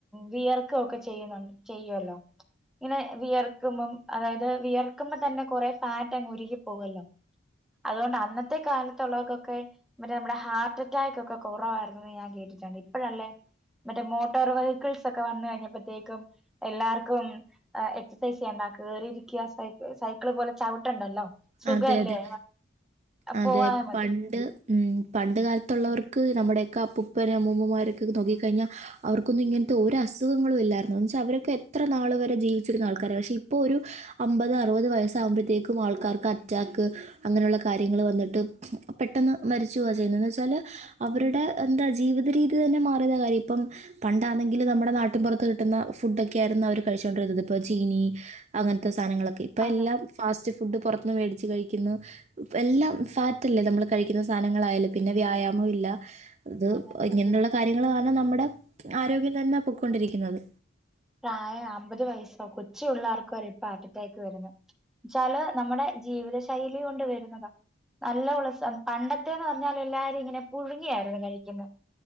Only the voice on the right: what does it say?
അതെ അതെ അതെ
പണ്ട്. പണ്ട് കാലത്തുള്ളവർക്ക്. നമ്മുടെയൊക്കെ അപ്പുപ്പനും അമ്മൂമ്മമാരൊക്കെ നോക്കി കഴിഞ്ഞൽ അവർക്കൊന്നും ഇങ്ങനത്തെ ഒരു അസുഖങ്ങളും ഇല്ലായിരുന്നു എന്ന് വെച്ചാൽ അവരൊക്കെ എത്ര നാൾ വരെ ജീവിച്ചിരുന്ന ആൾക്കാരാ പക്ഷേ ഇപ്പോൾ ഒരു അമ്പത് അറുപത് വയസ്സാവുമ്പോഴത്തേക്കും ആൾക്കാർക്ക് അറ്റാക്ക് അങ്ങനെയുള്ള കാര്യങ്ങൾ വന്നിട്ട് പെട്ടെന്ന് മരിച്ചു പോകുവാ ചെയ്യുന്നത് എന്ന് വെച്ചാല് അവരുടെ
എന്താ ജീവിതരീതി. ഇത് തന്നെ മാറിയുന്ന കാര്യം ഇപ്പം പണ്ടാണെങ്കിൽ നമ്മുടെ നാട്ടിൻ പുറത്ത് കിട്ടുന്ന ഫുഡൊക്കെ ആയിരുന്നു അവർ കഴിച്ചുകോണ്ടിരുന്നത് ഇപ്പ ചീനി അങ്ങനത്തെ സാ സ്ഥാനങ്ങളോക്കേ ഇപ്പോ
എല്ലാം ഫാസ്റ്റ് ഫുഡ് പുറ മേടിച്ച് കഴിക്കുന്നു. എല്ലാം ഫാ റ്റെല്ലേ നമ്മള് കഴിക്കുന്ന സാധനങ്ങളായാലും പിന്നെ വ്യായാമം ഇല്ല. അത്
ഇങ്ങനെയുള്ള കാര്യങ്ങളാണ് നമ്മുടെ ആരോഗ്യം തന്നെ പൊക്കൊണ്ടിരിക്കുന്നത്.